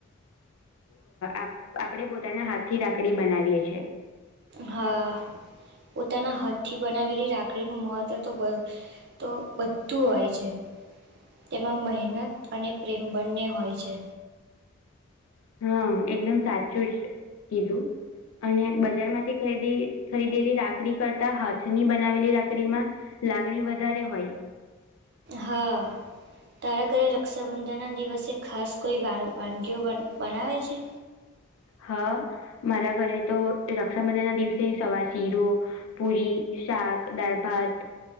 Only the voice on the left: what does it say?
આપ આપણે પોતાના હાથથી રાકડી બનાવીએ છીએ
હા એકદમ સાચું જ કીધું અને બજાર માંથી ખરીદી ખરીદેલી રાખડી કરતા હાથની બનાવેલી રાખડી માં લાગણી વધારે હોય
હા મારા ઘરે તો રક્ષાબંધન ના દિવસે સવાર શીરો પુરી શાક દાળ ભાત